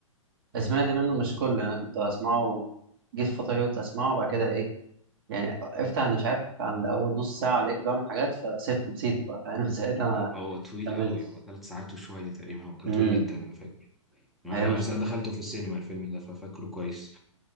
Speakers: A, on the right; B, in the centre.
A: سمعت منه مش كله يعني انا كنت اسمعه جيت فتره كده كنت اسمعه وبعد كده ايه يعني وقفت عند مش عارف عند اول نص ساعه ولا ايه كنت بعمل حاجات فسبت نسيته بقى فاهم <laughs> ساعتها ما
B: هو طويل
A: كملتش
B: قوي هو ثلاث ساعات وشوية تقريبا هو كان
A: امم
B: طويل جدا أنا فاكر أنا
A: هي مشكلته
B: أصلا دخلته
A: كده
B: في السينما الفيلم ده ففاكره كويس